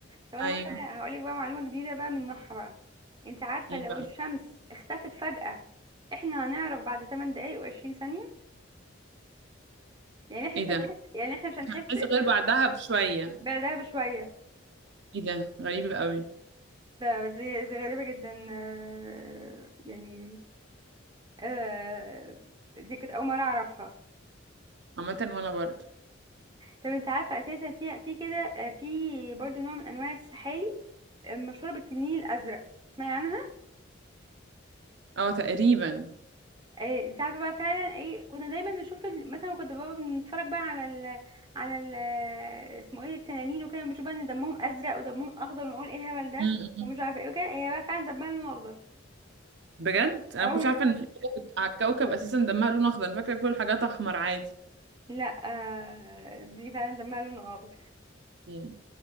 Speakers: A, on the right (about 20°); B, on the right (about 60°).
A: طب انا
B: أيوه
A: بقول هقول لك بقى معلومة جديدة بقى من نوعها بقى انت عارفة
B: ايه
A: لو
B: بقى
A: الشمس اختفت فجأة احنا هنعرف بعد 8 دقايق و20 ثانية يعني احنا
B: ايه
A: مش
B: ده
A: هنحس يعني احنا مش هنحس
B: عايزة
A: باخت-
B: غير بعدها بشوية
A: بردها بشوية
B: ايه ده غريب قوي
A: ده دي دي غريبة جدا آه، يعني آه، دي كنت أول مرة أعرفها
B: عامة وأنا برضه
A: طب انت عارفه اساسا في في كده آه، في برضو نوع من انواع السحالي آه، مشهوره بالتنين الازرق تسمعي عنها
B: اه تقريبا
A: آه، انت عارفه بقى فعلا ايه كنا دايما نشوف ال- مثلا كنت بابا بنتفرج بقى على ال على ال آه، اسمه ايه التنانين وكده بنشوف بقى ان دمهم ازرق ودمهم اخضر ونقول ايه الهبل ده
B: إمم، إمم.
A: ومش عارفه ايه وكده هي بقى فعلا دمها لون اخضر
B: بجد انا
A: او
B: ما كنتش
A: <laughs>
B: عارفه ان في حاجه على الكوكب اساسا دمها لون اخضر انا فاكره كل الحاجات احمر عادي
A: لا آه، دي فعلا دمها لون اخضر
B: مم.